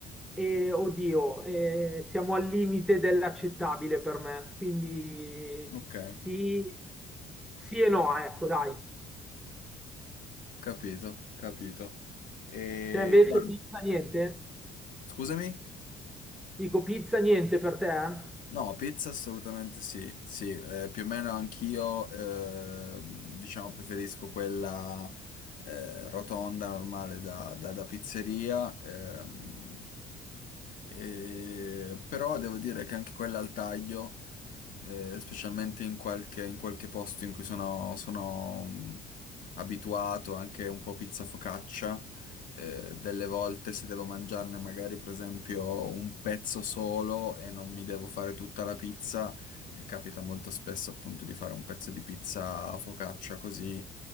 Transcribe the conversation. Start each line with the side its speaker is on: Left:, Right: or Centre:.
Centre: e oddio, eh, siamo al limite dell'accettabile per me, quindi
Left: Ok,
Centre: sì, sì e no, ecco, dai.
Left: capito, capito. E
Centre: Te invece
Left: guarda,
Centre: pizza niente?
Left: scusami?
Centre: Dico pizza niente per te? eh?
Left: No, pizza assolutamente sì, sì, eh, più o meno anch'io, ehm, diciamo, preferisco quella eh, rotonda normale da, da- da pizzeria. ehm, E- però devo dire che anche quella al taglio, eh, specialmente in qualche, in qualche posto in cui sono, sono, mh, abituato, anche un po' pizza focaccia, eh, delle volte se devo mangiarne magari per esempio un pezzo solo e non mi devo fare tutta la pizza, eh, capita molto spesso appunto di fare un pezzo di pizza a focaccia così.